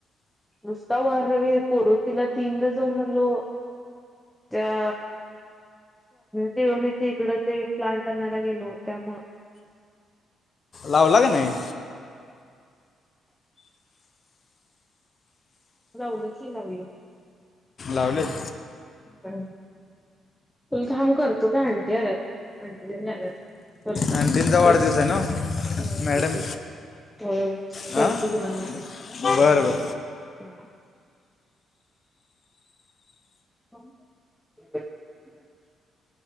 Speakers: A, in the centre; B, on the left.
A: नुसता वार कोरोचीला तीनदा जाऊन आलो. त्या तिळवनीच्या इकड ते प्लांट आणयला गेलो त्यामु-
B: लावला का नाही.
A: लावलं की लावलं.
B: लावलं.
A: ह तुला थांब करतो का आणंटी आल्यात. आणंटी आलात. करतो
B: आणखीनचा वाढदिवस
A: कट
B: आहे ना
A: होय होय
B: मॅडम
A: तेच. होय होय,
B: हां
A: करतो तुला नंतर
B: बरं बरं
A: हा. <unintelligible>